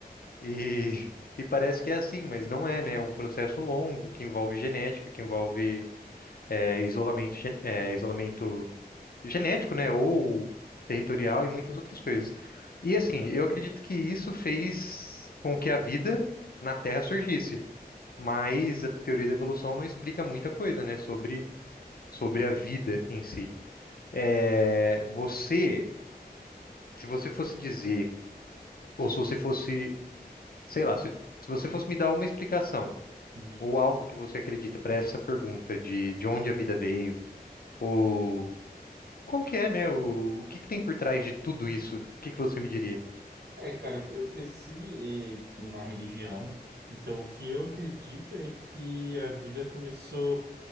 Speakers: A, on the left (about 65°); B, on the right (about 80°).
A: e, <laughs> e parece que é assim, mas não é, né? É um processo longo que envolve genética, que envolve é, isolamento, gen- é, isolamento genético, né? Ou territorial e muitas outras coisas. E assim, eu acredito que isso fez com que a vida na Terra surgisse mas a teoria da evolução não explica muita coisa, né, sobre, sobre a vida em si. É, você, se você fosse dizer, ou se você fosse, sei lá, se, se você fosse me dar uma explicação,
B: Uhum.
A: ou algo que você acredita para essa pergunta de, de onde a vida veio, ou qual que é, né, o, o que que tem por trás de tudo isso, o que que você me diria?
B: É, cara, eu eu cresci eh, na religião, então o que eu acredito é que a vida começou.